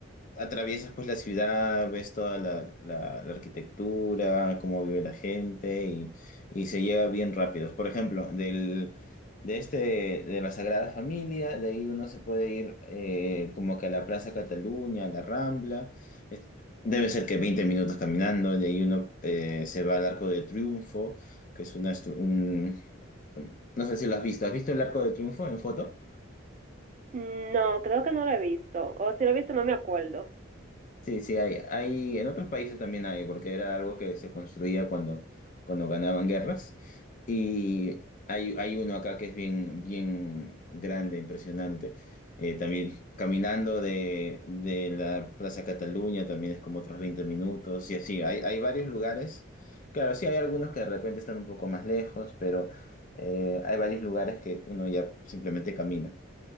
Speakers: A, on the left; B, on the right.
A: Atraviesas pues la ciudad, ves toda la, la- la arquitectura, cómo vive la gente y, y se llega bien rápido. Por ejemplo, del, de este, de la Sagrada Familia, de ahí uno se puede ir eh, como que a la Plaza Cataluña, a la Rambla. Es- debe ser que 20 minutos caminando, de ahí uno eh, se va al Arco de Triunfo, que es una... estru- Un, un- no sé si lo has visto. ¿Has visto el Arco de Triunfo en foto?
B: No, creo que no lo he visto, o si lo he visto no me acuerdo.
A: Sí, sí, hay, hay, en otros países también hay, porque era algo que se construía cuando, cuando ganaban guerras. Y hay, hay uno acá que es bien, bien grande, impresionante. Eh, también caminando de, de la Plaza Cataluña también es como otros 20 minutos y así. Hay, hay varios lugares. Claro, sí, hay algunos que de repente están un poco más lejos, pero eh, hay varios lugares que uno ya simplemente camina.